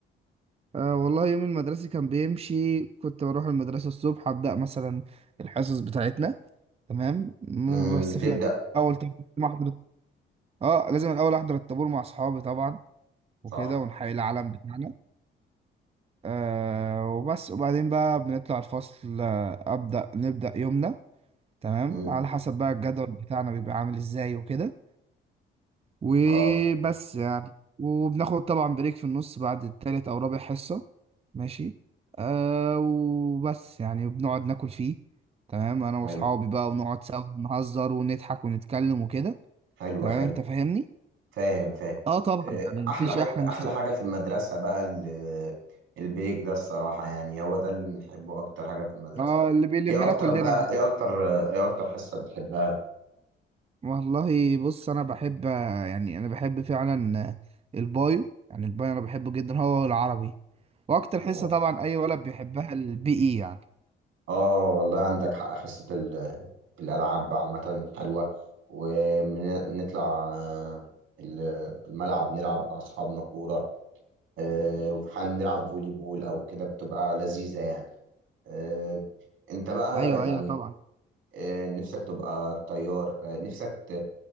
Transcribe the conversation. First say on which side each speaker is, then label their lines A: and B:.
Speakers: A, on the right; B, on the right.
A: آه والله يوم المدرسة كان بيمشي كنت بروح المدرسة الصبح أبدأ مثلا الحصص بتاعتنا تمام مو-
B: امم
A: بس
B: بتبدأ
A: في الأول طبعاً لازم أحضر اه لازم الأول أحضر الطابور مع أصحابي طبعا وكده
B: صح
A: ونحيي
B: كده
A: العلم بتاعنا آه وبس وبعدين بقى بنطلع الفصل آه، أبدأ نبدأ يومنا تمام
B: امم
A: على حسب بقى الجدول بتاعنا بيبقى عامل ازاي وكده وبس
B: اه
A: يعني وبناخد طبعا بريك في النص بعد التالت أو رابع حصة ماشي آه وبس يعني وبنقعد ناكل فيه تمام أنا وأصحابي
B: حلو
A: بقى ونقعد سوا نهزر ونضحك ونتكلم وكده
B: حلو
A: تمام
B: حلو
A: أنت فاهمني؟
B: فاهم فاهم
A: اه طبعا
B: آه،
A: يعني
B: احلى
A: مفيش
B: حتة
A: أحلى من
B: احلى
A: الس-
B: حاجة في المدرسة بقى ال- البريك ده الصراحة يعني هو ده اللي بنحبه اكتر حاجة في المدرسة
A: اه اللي بيلمنا
B: ايه اكتر
A: كلنا
B: بقى ايه اكتر ايه اكتر حصة بتحبها
A: والله بص انا بحب يعني انا بحب فعلا البايو يعني البايو انا بحبه جدا هو العربي واكتر حصه
B: آه.
A: طبعا اي ولد بيحبها البي اي يعني
B: اه والله عندك حق حصة ال- الألعاب عامة حلوة ونطلع الملعب نلعب مع أصحابنا كورة آه، وفي حال نلعب فولي بول أو كده بتبقى لذيذة يعني آه، أنت بقى
A: ايوه
B: يعني
A: ايوه طبعا
B: آه، نفسك تبقى طيار آه، نفسك ت-